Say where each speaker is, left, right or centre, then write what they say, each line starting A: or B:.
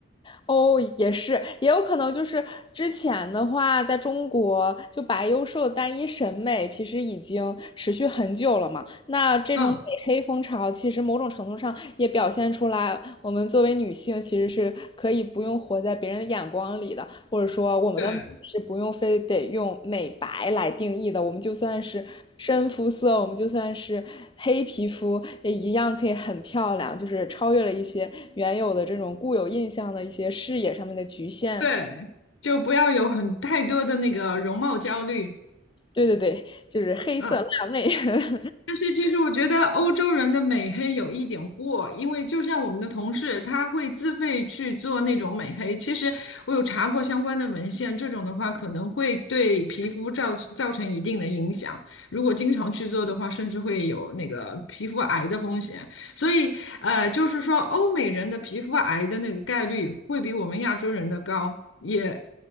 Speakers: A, on the left; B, on the left.
A: 哦，也是，也有可能就是之前的话，在中国就白幼瘦的单一审美其实已经持续很久了嘛。那这种美黑风潮，
B: 嗯。
A: 其实某种程度上也表现出来，我们作为女性其实是可以不用活在别人的眼光里的，或者说我们的美是不用非得用美白来定义的，
B: 对
A: 我们就算是深肤色，我们就算是黑皮肤也一样可以很漂亮，就是超越了一些原有的这种固有印象的一些视野上面的局限。
B: 对，就不要有很太多的那个容貌焦虑，
A: 对对对，就是黑色辣妹。
B: 嗯。
A: <laughs>
B: 但是其实我觉得欧洲人的美黑有一点过，因为就像我们的同事，他会自费去做那种美黑。其实我有查过相关的文献，这种的话可能会对皮肤造造成一定的影响。如果经常去做的话，甚至会有那个皮肤癌的风险。所以呃，就是说欧美人的皮肤癌的那个概率会比我们亚洲人的高，也